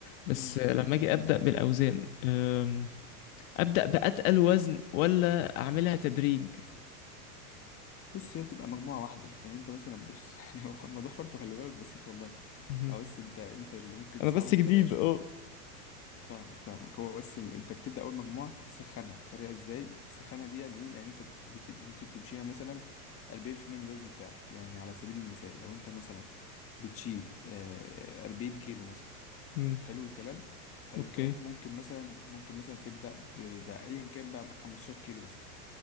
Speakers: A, on the left; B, on the left.
A: بس
B: امم
A: لما
B: أمم،
A: أجي
B: اكيد
A: أبدأ بالأوزان أم، أبدأ بأتقل وزن ولا أعملها تدريج
B: بص هي بتبقى مجموعة واحدة يعني انت مثلا بص <laughs> يعني هو الموضوع فرط خلي بالك بسيط والله
A: مهم.
B: هو بس انت انت اللي ممكن
A: أنا
B: تصعبه
A: بس جديد
B: بطريقة شوية
A: أه
B: فاهمك فاهمك هو بس اللي انت بتبدأ اول مجموعة تسخنها بطريقة ازاي تسخنها دي يعني ايه يعني انت بت... ممكن تمشيها مثلا 40% من الوزن بتاعك يعني على سبيل المثال لو انت مثلا بتشيل آه، 40 كيلو مثلا
A: مم.
B: حلو الكلام حلو
A: اوكي
B: الكلام ممكن مثلا ممكن مثلا تبدأ ب- بأيا كان بقى 15 كيلو مثلا